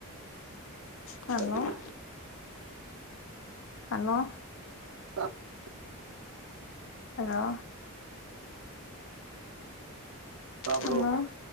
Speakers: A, on the left; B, on the right.
A: ꯍꯜꯂꯣ
B: ꯇꯠꯂꯤꯅꯦ
A: ꯍꯜꯂꯣ
B: <unintelligible>
A: ꯍꯜꯂꯣ
B: ꯇꯥꯕ꯭ꯔꯣ
A: ꯍꯜꯂꯣ